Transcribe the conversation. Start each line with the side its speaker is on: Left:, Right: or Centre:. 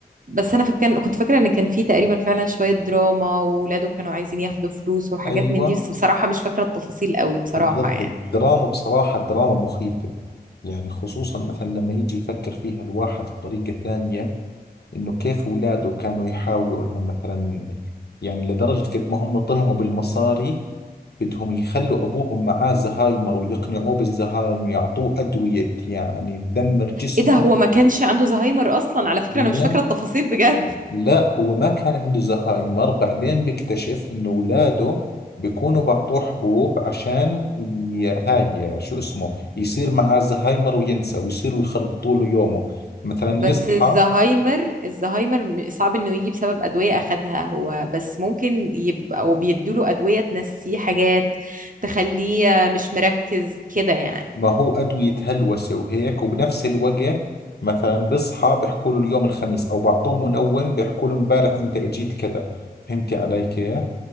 Right: بس أنا فاكر كنت فاكرة إن كان فيه تقريبا فعلا شوية دراما وولاده كانوا عايزين ياخدوا فلوس وحاجات
Left: أيوة
Right: من دي بس بصراحة مش فاكرة التفاصيل قوي بصراحة
Left: بالضبط
Right: يعني
Left: الدراما بصراحة دراما مخيفة يعني خصوصا مثلا لما يجي يفكر فيها الواحد بطريقة ثانية انه كيف اولاده كانوا يحاولوا انهم مثلا يعني لدرجة قد ما هم طمعوا بالمصاري بدهم يخلوا ابوهم معاه زهايمر ويقنعوه بالزهايمر يعطوه ادوية يعني تدمر جسمه
Right: إيه ده هو ما كانش عنده زهايمر أصلا على فكرة
Left: لا
Right: أنا مش فاكرة التفاصيل بجد
Left: لا هو ما كان عنده زهايمر بعدين بيكتشف انه اولاده بيكونوا بعطوه حبوب عشان ي... هاي شو اسمه يصير معاه زهايمر وينسى ويصيروا يخربطوا له يومه مثلا
Right: بس
Left: يصحى
Right: الزهايمر الزهايمر م- صعب انه يجي بسبب ادويه اخدها هو بس ممكن يبقى او بيدوله ادويه تنسيه حاجات تخليه مش مركز كده يعني
Left: ما هو أدوية هلوسة وهيك وبنفس الوقت مثلا بصحى بيحكوا له اليوم الخميس أو بعطوه منوم بيحكوا له امبارح أنت إجيت كذا فهمتي علي كيف؟